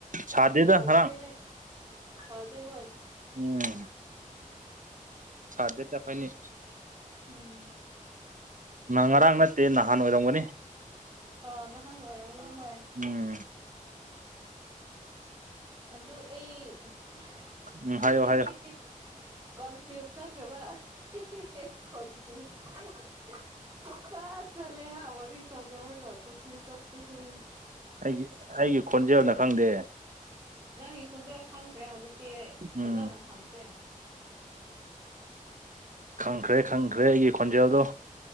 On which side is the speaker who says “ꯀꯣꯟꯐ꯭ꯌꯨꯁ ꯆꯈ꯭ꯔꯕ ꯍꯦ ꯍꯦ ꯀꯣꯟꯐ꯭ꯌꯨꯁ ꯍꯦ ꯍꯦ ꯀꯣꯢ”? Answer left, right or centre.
Right